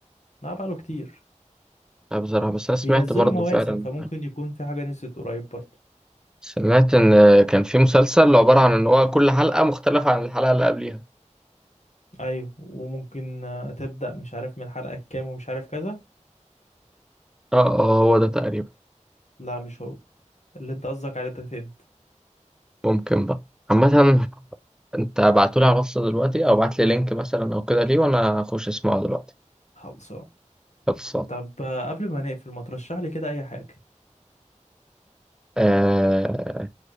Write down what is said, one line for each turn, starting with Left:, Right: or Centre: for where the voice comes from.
Left: لا بقاله كتير
Centre: لا بصراحة بس انا سمعت
Left: بينزلوا
Centre: برضه
Left: مواسم
Centre: فعلا
Left: فممكن يكون في حاجة نزلت قريب برضه
Centre: سمعت ان كان في مسلسل عبارة عن ان هو كل حلقة مختلفة عن الحلقة اللي قبليها
Left: ايوه وممكن آه، تبدأ مش عارف من الحلقة الكام ومش عارف كذا
Centre: اه اه هو ده تقريبا
Left: لا مش هو اللي انت قصدك عليه ده تاني
Centre: ممكن بقى عامة انت بعتولي على الواتس دلوقتي او بعتلي لينك مثلا او كده ليه وانا اخش اسمعه دلوقتي
Left: خلصان
Centre: خلصان
Left: طب آه، قبل ما نقفل ما ترشح لي كده اي حاجة
Centre: آه...